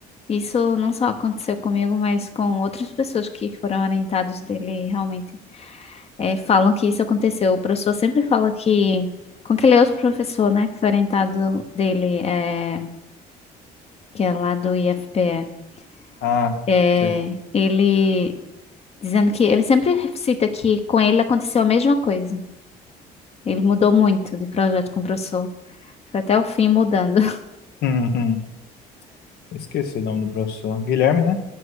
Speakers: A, on the left (about 35°); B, on the left (about 70°).
A: Isso não só aconteceu comigo, mas com outras pessoas que foram orientadas dele, realmente é, falam que isso aconteceu. O professor sempre fala que, com aquele outro professor, né, que foi orientado dele, é, que é lá do IFPE,
B: Ah,
A: é,
B: sei. <laughs>
A: ele Dizendo que ele sempre cita que com ele aconteceu a mesma coisa. Ele mudou muito de projeto com o professor. Foi até o fim mudando. <laughs>
B: Uhum. Esqueci o nome do professor. Guilherme, né?